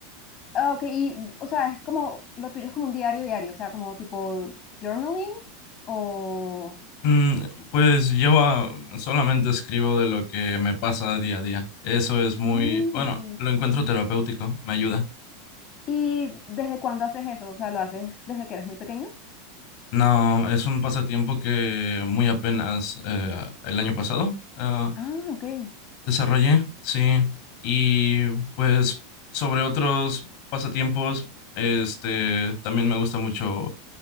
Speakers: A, on the left; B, on the left.
A: ah, ok, y o sea, es como, lo tuyo es como un diario diario, o sea, como tipo journaling o...
B: Mm, Pues yo ah, solamente escribo de lo que me pasa día a día. Eso es
A: Mm,
B: muy, bueno,
A: ok.
B: lo encuentro terapéutico, me ayuda.
A: ¿Y desde cuándo haces eso? O sea, ¿lo haces desde que eras muy pequeño?
B: No, es un pasatiempo que muy apenas eh, el año pasado eh,
A: Ah, ok.
B: desarrollé, sí. Y pues sobre otros pasatiempos, este, también me gusta mucho